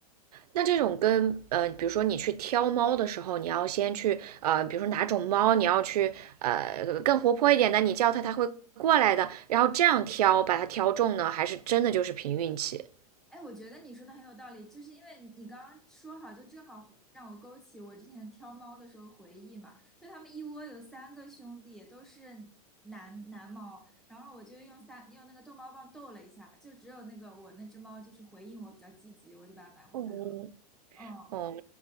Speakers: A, on the right (about 80°); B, in the centre.
A: 那这种跟呃，比如说你去挑猫的时候，你要先去呃，比如说哪种猫你要去呃更活泼一点的，你叫它它会过来的，然后这样挑把它挑中呢，还是真的就是凭运气？
B: 哎，我觉得你说的很有道理，就是因为你你刚刚说好，就正好忽让我勾起我之前挑猫的时候回忆嘛。就他们一窝有三个兄弟，都是男男猫，然后我就用三用那个逗猫棒逗了一下，就只有那个我那只猫就是回应我比较积极，我就把它买回来了。
A: 嗯，
B: 嗯，
A: 哦，